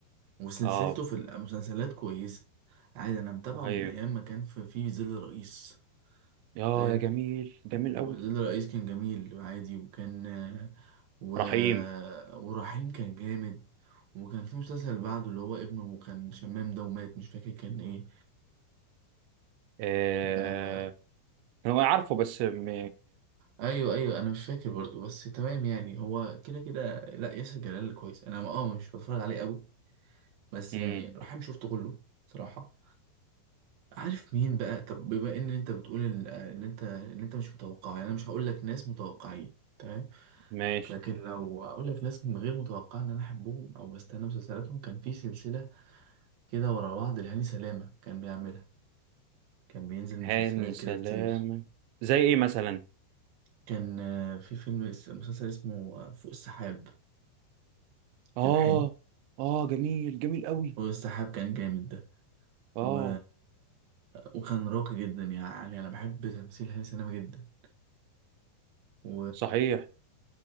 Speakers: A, on the right; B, on the right.
A: وسلسلته
B: أيوه.
A: في المسلسلات كويسة عادي أنا متابعه
B: اه هي
A: من أيام ما كان في في ظل رئيس
B: يا
A: فاهم
B: يا جميل جميل
A: وظل
B: قوي
A: رئيس كان جميل وعادي وكان آه، و...
B: رحيم
A: ورحيم كان جامد وكان في مسلسل بعده اللي هو ابنه كان شمام ده ومات مش فاكر كان ايه
B: آه
A: آه
B: هو عارفه بس م...
A: ايوه ايوه انا مش فاكر برضو بس تمام يعني هو كده كده لا ياسر جلال كويس انا اه مش بتفرج عليه قوي بس
B: مم،
A: يعني رحيم شفته كله صراحة عارف مين بقى طب بما ان انت بتقول ان إن انت ان انت مش متوقع يعني انا مش هقول لك ناس متوقعين تمام
B: ماشي
A: لكن لو اقول لك ناس من غير متوقع ان انا احبهم او بستنى مسلسلاتهم كان في سلسله كده ورا بعض لهاني سلامه كان بيعملها كان بينزل مسلسلات
B: هاني سلامة
A: كده كتير
B: زي ايه مثلا
A: كان آه، في فيلم اس- مسلسل اسمه آه، فوق السحاب
B: اه
A: كان حلو
B: اه جميل جميل قوي
A: فوق السحاب كان جامد ده
B: اه
A: و... وكان راقي جدا يعني انا بحب تمثيل هاني سلامه جدا و
B: صحيح